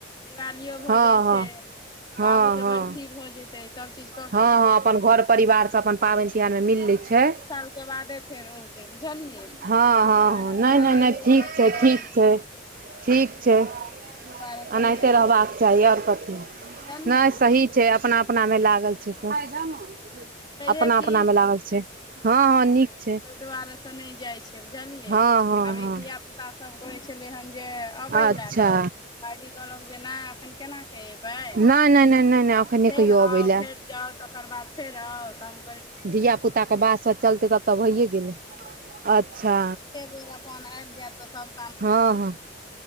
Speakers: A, on the left (about 25°); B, on the right (about 50°).
A: दिवालियो भऽ
B: हँ
A: जाइ
B: हँ
A: छै
B: हँ
A: बाबू केँ
B: हँ
A: बर्खी भऽ जे ते सब चीज
B: हँ हँ अपन घर परिवार स अपन पाबैन तिहार में मिल लै छै
A: ओइ केँ बादे फेर औते बुझलियै तैय
B: हँ हँ
A: दुआरे
B: हँ नहि
A: से
B: नहि
A: नै
B: नहि
A: लोक
B: ठीक
A: अथी
B: छै
A: करै
B: ठीक
A: छै
B: ठीक छै
A: हँ ताहि
B: <inaudible>
A: दुआरेसँ
B: अनाहिते
A: नहि अथी
B: रहबाक
A: करै छै
B: चाही और कथी नै
A: बुझलियै
B: स ठीक छै अपना अपना में लागल छै सब
A: छैहे
B: अपना
A: की
B: अपना में लागल छै हँ
A: हँ
B: नीक छै
A: तै दुआरे से नै जाइ छियै बुझलियै
B: हँ हँ
A: आब
B: हँ
A: ई धिया पुता स सब कहै छलै हन जे अबै
B: अच्छा
A: लै तब भाईजी कहलक जे नै अखैन केना केँ एब बै
B: नहि नहि नहि नहि नहि एखन
A: <inaudible>
B: नहि
A: फेर
B: कहियो
A: आउ
B: अबै लए
A: फेर जाउ तकर बाद फेर आउ तहन
B: धिया पुता कऽ बात स चलतै तब तऽ भइए गेलै <inaudible> अच्छा
A: एक बेर अपन आइब जैब तऽ सब
B: हँ हऽ